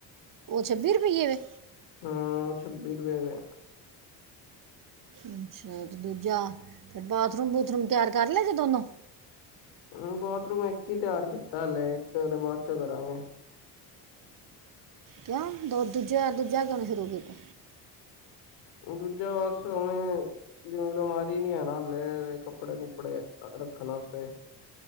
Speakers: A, on the right; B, on the left.
A: ਉਹ ਛੱਬੀ ਰੁਪਈਏ ਵੇ।
B: ਹਾਂ ਉਹ ਛੱਬੀ ਰੁਪਏ ਵੇ।
A: ਅੱਛਾ ਤੇ ਦੂਜਾ ਫਿਰ ਬਾਥਰੂਮ-ਬੂਥਰੂਮ ਤਿਆਰ ਕਰ ਲੈ ਜੇ ਦੋਨੋ।
B: ਹ ਬਾਥਰੂਮ ਇੱਕ ਹੀ ਤਿਆਰ ਕੀਤਾ ਹਲੇ ਇੱਕ ਤੇ ਬਾਅਦ ਚੋਂ ਕਰਾਗੇ।
A: ਕਉ ਦੋ ਦੂਜੇ ਦੂਜਾ ਕਿਉਂ ਸ਼ੁਰੂ ਕੀਤਾ।
B: ਦੂਜਾ ਵਾਸ਼ਰੂਮ ਏ ਜਿਵੇਂ ਅਲਮਾਰੀ ਨੀ ਆ ਨਾ ਹਾਲੇ ਕੱਪੜੇ-ਕੁਪੜੇ ਰੱਖਣ ਆਸਤੇ।